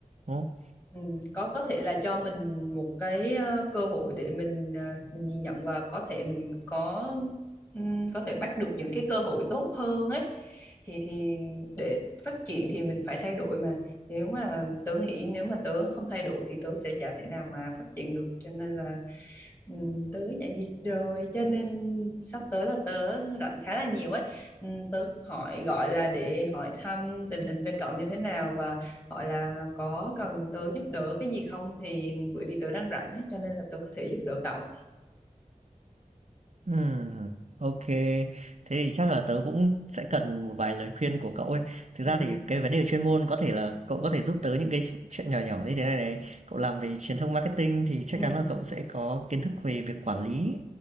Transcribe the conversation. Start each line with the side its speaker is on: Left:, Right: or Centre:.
Right: đúng không?
Left: Ừ, có có thể là cho mình một cái ờ, cơ hội để mình ờ, mình nhìn nhận và có thể mình có ừm, có thể bắt được những cái cơ hội tốt hơn ấy thì thì để phát triển thì mình phải thay đổi mà nếu mà tớ nghĩ nếu mà tớ không thay đổi thì tớ sẽ chả thể nào mà phát triển được cho nên là ừm, tớ nhảy việc rồi cho nên sắp tới là tớ rảnh khá là nhiều ấy Ừm, tớ hỏi gọi là để hỏi thăm tình hình bên cậu như thế nào và gọi là có cần tớ giúp đỡ cái gì không thì bởi vì tớ đang rảnh ấy cho nên là tớ có thể giúp đỡ cậu
Right: Ừm, ô Thế thì chắc là tớ cũng sẽ cần một vài lời khuyên của cậu ấy. Thực ra
Left: ừ
Right: thì cái vấn đề chuyên môn có thể là cậu có thể giúp tớ những cái chuyện nhỏ nhỏ như thế này này. Cậu làm về truyền thông marketing thì chắc
Left: ừ
Right: chắn là cậu sẽ có kiến thức về việc quản lý,